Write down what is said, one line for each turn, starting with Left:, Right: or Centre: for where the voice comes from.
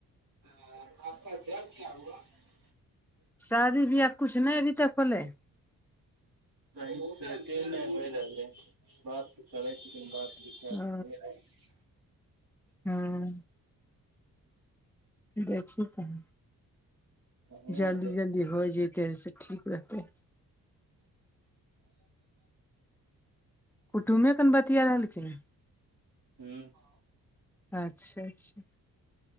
Right: <unintelligible>
Centre: शादी बियाह कुछ नै अभी तक भेलै
Right: कही सेटे नै होइ रहले है बात कै छि बात
Centre: ओ
Right: <unintelligible>
Centre: <unintelligible> देखही कही
Right: तहुँ
Centre: जल्दी
Right: आर देख
Centre: जल्दी होइ जैते से ठीक रहतै कुटुमे कन बतिया रहलखिन
Right: <unintelligible> <unintelligible> <unintelligible>
Centre: अच्छा अच्छा